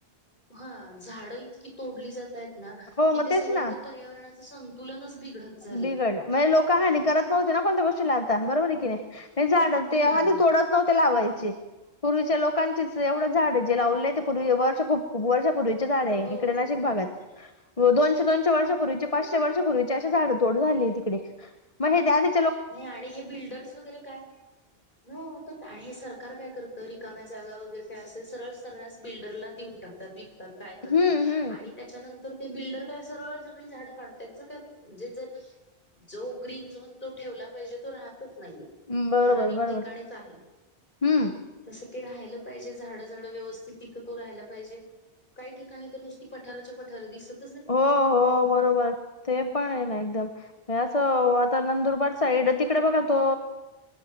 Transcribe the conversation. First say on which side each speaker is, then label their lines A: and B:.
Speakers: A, on the left; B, on the left.
A: हा झाडं इतकी तोडली जात आहेत ना
B: हो
A: कि
B: मग
A: ते
B: तेच
A: सगळं
B: ना
A: तर पर्यावरणाच संतुलनच बिघडतं चा
B: बिघडलय म्हणजे लोक हा करत नव्हते ना कोणत्या गोष्टीला आता बरोबर आहे की नाही झाड
A: हम्म
B: ते आधी तोडत नव्हते ते लावायचे पूर्वीच्या लोकांचे एवढ झाड जे लावले ते पूर्वी वर्ष खूप खूप वर्ष पूर्वीचे झाड आहे
A: हो
B: इकडे नाशिक
A: हो
B: भागात दोनशे दोनशे वर्षा पूर्वीचे पाचशे वर्ष पूर्वीचे. अशी झाड तोड झाली आहे तिकडे मग ते आधी
A: नाही आणि हे बिल्डर्स वगैरे काय हो तर काय आणि हे सरकार. सरकार काय करतं रिकाम्या जागा वगैरे काय असेल सरळ. सऱ्हास बिल्डरला देऊन टाकतात विकतात काय करतात
B: हम्म हम्म
A: आणि त्याच्या नंतर ते बिल्डर काय सरळ सगळी झाडं काढतात त्यांच काय म्हणजे जर जो ग्रीन झोन तो. ठेवला पाहिजे तो राहतच नाहीये
B: बरोबर
A: ठराविक
B: बरोबर
A: ठिकाणीच आहे
B: हम्म
A: तस. ते राहिलं पाहिजे झाड झाड व्यवस्थित तिथं. तो राहायला पाहिजे काही ठिकाणी तर नुसती पठारच्या पठार दिसत.
B: हो हो बरोबर ते पण आहे ना एकदमं म्हणजे असं. नंदुरबार साईड तिकडे बघा तो